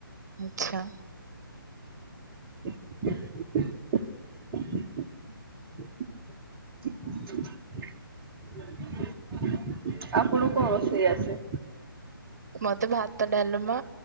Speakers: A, on the right; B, on the right.
A: ଆଛା।
B: <unintelligible> <unintelligible> ଆପଣଙ୍କୁ କଣ ରୋଷଇ ଆସେ?
A: ମତେ ଭାତ ଡାଲମା